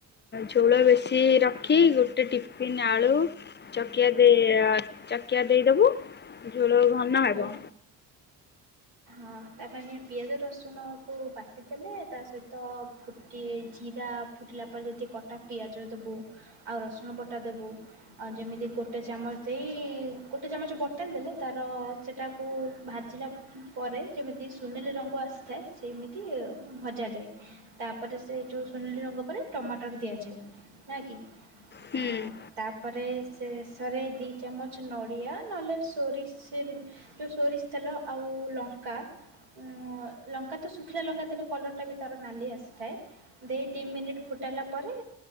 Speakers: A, on the left; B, on the right.
A: ଝୋଳ ବେଶୀ ରଖି ଗୋଟେ ଟିଫିନ୍ ଆଳୁ। ଚକିଆ ଦେଇ ଚକିଆ ଦେଇଦବୁ ଝୋଳ ଭନ ହେବ।
B: ହଁ ହଁ ତାପ ପିଆଜ ରସୁଣକୁ ବାଟିଦେଲେ ତା ସହିତ ଫୁଟା ଟିକେ ଜିରା ଫୁଟିଲା ପରେ ଯଦି କଟା ପିଆଜ ଦେବୁ ଆଉ ରସୁଣ ବଟା ଦେବୁ। ଆଉ ଯେମିତି ଗୋଟେ ଚାମଚ ଦେଇ ଗୋଟେ ଚାମଚ ବଟାଲ ଦେଲେ ତାର ସେଇଟାକୁ ସେଇଟାକୁ ଭାଜିଲା ପରେ ଯେମିତି ସୁନେଲି ରଙ୍ଗ ଆସିଥାଏ ସେମିତି ଭଜାଯାଏ। ତାପରେ ସେ ଯୋଉ ସୁନେଲି ରଙ୍ଗ ପରେ ଟମାଟର ଦିଆଯାଏ ନା କି।
A: ହୁଁ।
B: ଅଁ ତାପରେ ଶେଷରେ ଦୁଇ ଚାମଚ ନଡ଼ିଆ ନହେଲେ ସୋରିଷ ତେଲ ସୋରିଷ ତେଲ ଆଉ ଲଙ୍କା। ଲଙ୍କା ଲଙ୍କା ତ ଶୁଖିଲା ଲଙ୍କା ଥିଲେ କଲରଟା ବି ତାର ନାଲି ଆସିଥାଏ। ଦେଇ ଦୁଇ ମିନିଟ୍ ଫୁଟାଇଲା ପରେ